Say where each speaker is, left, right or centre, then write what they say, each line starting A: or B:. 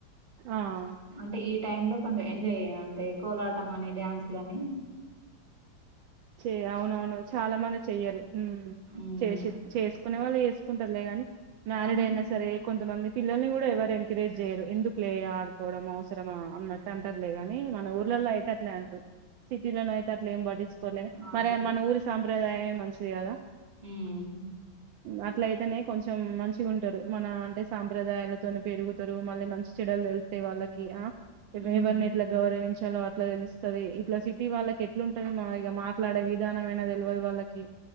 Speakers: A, on the right; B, on the right.
A: ఆ
B: అంటే ఈ టైమ్ లో కొంచెం ఎంజాయే. అంటే కోలాటం అని డ్యాన్స్ లని,
A: చె అవునవును చాలా మంది చెయ్యరు హ్మ్
B: హ్మ్.
A: చేసి చేసి కొనే వాళ్ళు చేేసుకుంటారులేగాని మ్యారిడ్
B: ఆ!
A: అయినా సరే! కొంతమంది పిల్లల్ని కూడా ఎవరు ఎంకరేజ్ చేయ్యరు ఎందుకులే ఆడుకోవడం అవస్. అవసరమా అన్నట్టు అంటారులేగాని మన ఊర్లలో అయితే అంటారు. సిటీలో నయతే అట్ల ఎం బట్టిచ్ పోలె,
B: మా
A: మరి
B: సిటీ
A: మన ఊరు సాంప్రదాయం. మంచిది కదా!
B: హ్మ్
A: అట్ల అయితేనే కొంచెం మంచిగా ఉంటారు. మన అంటే సాంప్రదాయాలతోనే పెరుగుతారు, మళ్ళీ మంచి చెడ్డలు తెలుస్తాయి వాళ్ళకి ఆ
B: హ్మ్.
A: భైబం <unintelligible> ఎట్లా గౌరవించే చాల అట్లా తెలుస్తుది ఇట్లా సిటీ వాళ్ళకి ఎట్లుంటాయి మాయి ఇ మాట్లాడే విధానంమైనది తెలవదు వాళ్ళకి.